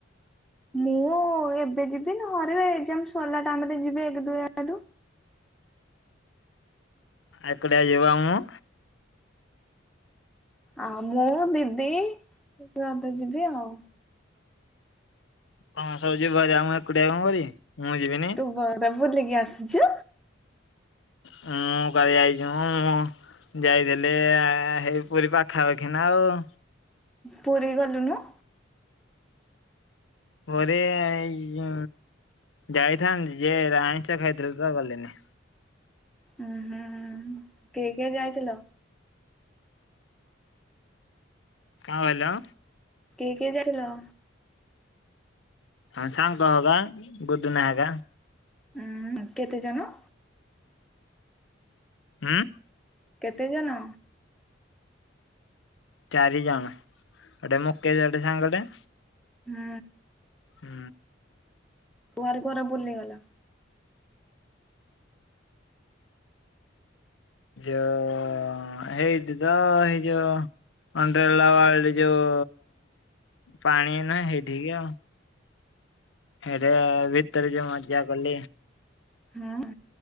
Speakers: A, in the centre; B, on the left.
A: ମୁଁ ଏବେ ଯିବି ନ ହରେ ଏକଜାମ୍ ସରିଲା ଟାଇମ ରେ ଯିବି ଏକ ଦୁଇ ଆଡୁ
B: ଏକୁଟିଆ ଯିବୁ ଆଉ ମୁଁ
A: ଆଉ ମୁଁ ଦିଦି ସମସ୍ତେ ଯିବେ ଆଉ।
B: ହଁ ସବୁ ଯିବ ହାରି ଆଉ ମୁଁ ଏକୁଟିଆ କଣ କରିବି? ମୁଁ ଯିବିନି?
A: ତୁ ବରା ବୁଲିକି ଆସିଛୁ।
B: ହୁଁ କାଲି ଯାଇଛି ମୁଁ ଯାଇଥିଲି ହେଇ ପୁରୀ ପାଖାପାଖି ନା ଆଉ।
A: ପୁରୀ ଗଲୁନୁ?
B: ପୁରୀ ଏଇ ଏ ଯାଇଥାନ୍ତି ଯେ ଆଁଇଷ ଖାଇଥିଲି ତ ଗଲିନି।
A: ଉଁ ହୁଁ କିଏ କିଏ ଯାଇଥିଲ?
B: କଣ କହିଲ?
A: କିଏ କିଏ ଯାଇଥିଲ?
B: ହଁ ସାଙ୍ଗ ହବା ଗୁଡୁନା ହେକା।
A: ଉୁଁ କେତେ ଜଣ?
B: ହୁଁ।
A: କେତେ ଜଣ?
B: ଚାରି ଜଣ। ଗୋଟେ ମୁକେଶ ଗୋଟେ ସାଙ୍ଗଟେ
A: ହୁଁ।
B: ହୁଁ
A: କୁଆଡେ କୁଆଡେ ବୁଲିଗଲ?
B: ଯୋଉ ହେଇଠି ତ ହେଇ ଯୋଉ ଅଣ୍ଡେଲାୱାଡରେ ଯୋଉ ପାଣି ନା ହେଇଠିକ୍ ଆଉ। ହେଇଠି ଭିତରେ ଯୋଉ ମଜା। ଗଲେ।
A: ହୁଁ